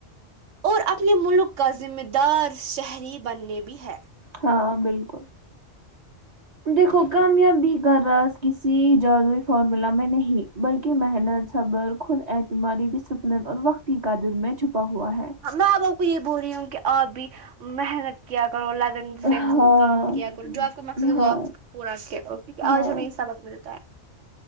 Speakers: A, on the right; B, on the right.
A: اور اپنے ملک کا ذمہ دار شہری بننے بھی ہے
B: ہاں بالکل دیکھو کامیابی کا رااز کسی جادو فارمولا میں نہیں بلکی محنت صبر خود اعتمادی ڈسپلین اور وقت تی کا دل میں چھپا ہوا ہے
A: میں آپ کو یے بول رہی ہوں کی آپ بھی محنت کیا کرو لگن سے
B: ہاں
A: کام کیا کرو جو آپ کا مقصد
B: ہاں
A: وہ آپ پورا <unintelligible> اوکے آج
B: ہاں
A: ہمیں یے سبق ملتا ہے